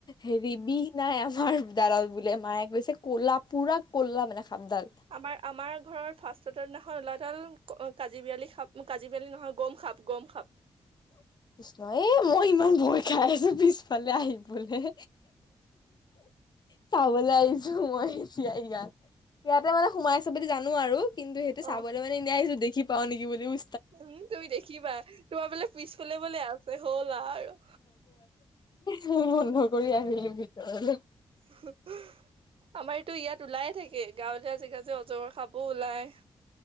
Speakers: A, on the left; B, on the right.
A: হেৰি বিষ নাই আমাৰ ডালত বোলে মায়ে কৈছে, ক'লা পুৰা ক'লা মানে সাপডাল।
B: আমাৰ, আমাৰ ঘৰৰ ফাৰ্ষ্টটোৰ দিনাখন ওলোৱাডাল ক কাজিবিৰালি সাপ কাজিবিৰালি নহয়, গমসাপ গমসাপ।
A: কৃষ্ণ এ মই ইমান ভয় খাই আছোঁ পিছ ফালে আহি পেলাই। চাবলৈ আহিছোঁ মই এতিয়া ইয়াত। ইয়াতে মানে সোমাই আছে বুলি জানো আৰু। কিন্তু সেইটো
B: অ
A: চাবলৈ মানে এনেই আহিছোঁ। দেখি পাওঁ নেকি বুলি বু
B: উম তুমি দেখিবা, তোমাৰ বোলে পিছফালে বোলে আছে হ'ল আৰু।
A: <inaudible> দৌৰি আহিলো ভিতৰলে।
B: <inaudible> আমাৰ এইটো ইয়াত ওলায়েই থাকে, গাঁৱলীয়া জেগা যে, অজগৰ সাপো ওলায়।